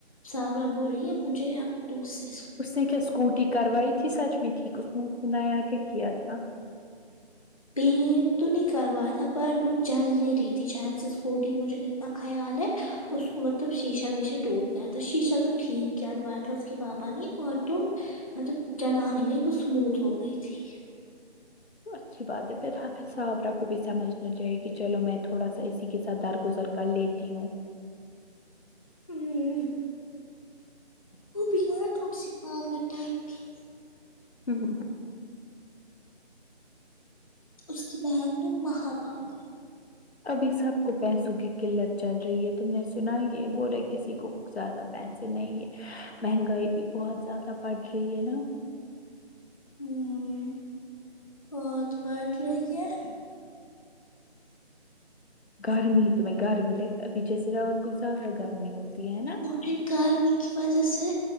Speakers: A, on the left (about 30°); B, on the left (about 70°).
A: صاحابہ بول رہی ہے مجھے آپ دوسر
B: اس نے کیا اسکوٹی کروائی تھی سچ میں ٹھیک اس نے سنا آ کے کیا تھا
A: پینٹ تو نہیں کروایا تھا پر وہ چل نہیں رہی تھی شاید سے اسکوٹی مجھے اتنا خیال ہے اس کو مطلب شیشہ و سےے ٹوٹ گیا تھا شیشہ تو ٹھیک کیاوایا تھا اس کے بابا نے اور تو مطلب چلانے میں وہ اسموتھ ہو گئی تھی
B: اچھی بات ہے پھر حافظ صحابرہ کو بھی سمجھنا چاہیے کہ چلو میں تھوڑا سا اسی کے ساتھ درگزر کل لیتی ہوں
A: ہوں وہ بھی آ تھڑے سی پاگل ٹائم کی
B: ہوں ہوں ہوں
A: اس کی بہن مہا پااک
B: ابھی سب کو پیسوں کی قلت چل رہی ہے تم نے سنا یہ بول رہے کسی کو زیادہ پیسے نہیں ہے مہنگائی بھی بہت زیادہ بڑھ رہی ہے نا
A: ہوں بہت پٹھ رہی ہے
B: گرمی تو میں گرمی ل ابھی جیسے رات کو زیادہ گرمی ہوتی ہے نا
A: مٹ گار میں کی بازسے